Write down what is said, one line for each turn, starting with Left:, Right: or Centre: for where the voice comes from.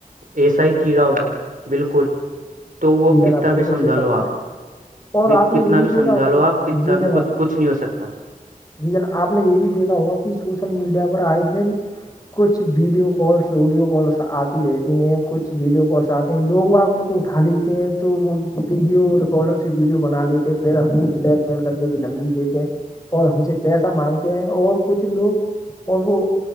Right: ایسا ہی کیڑا ہوگا بالکل تو وہ
Left: جی
Right: کت
Left: جناب
Right: کتنا
Left: بالکل
Right: بھی سمجھا
Left: صحیح فرما
Right: لو آپ
Left: رہے ہیں اور
Right: بھی
Left: آپ
Right: کتنا
Left: نے یہ
Right: بھی سمجھا
Left: دیکھا ہوگا
Right: لو آپ کتنا
Left: جی
Right: بھی
Left: جناب
Right: کچھ کچھ نہیں ہو سکتا
Left: جی جناب آپ نے یہ بھی دیکھا ہوگا کہ سوشل میڈیا پر آئے دن کچھ ویڈیو کالس آڈیو کالس آتی رہتی ہیں کچھ ویڈیو کالس آتے ہیں لوگ وہگ ان کو اٹھا لیتے ہیں تو وہ ویڈیو ریکارڈر سے ویڈیو بنا لیتے ہیں پھر ہمیں بلیک میل کرنے کی دھمکی دیتے ہیں اور ہم سے پیسہ مانگتے ہیں اور کچھ لوگ اور وہ